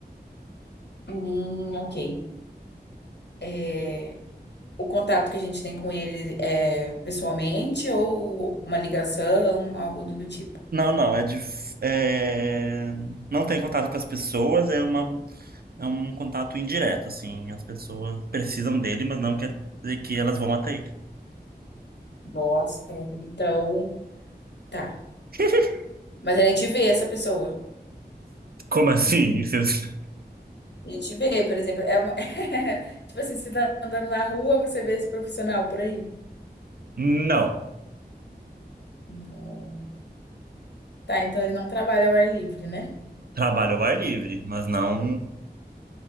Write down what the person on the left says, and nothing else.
Hum, ok. É, o contato que a gente tem com ele é pessoalmente ou uma ligação, algo do tipo.
Nossa, então. Tá.
Mas a gente vê essa pessoa.
A gente vê, por exemplo, é uma... <laughs> tipo assim, você tá andando na rua, você vê esse profissional por aí.
Não. Tá, então ele não trabalha ao ar livre, né?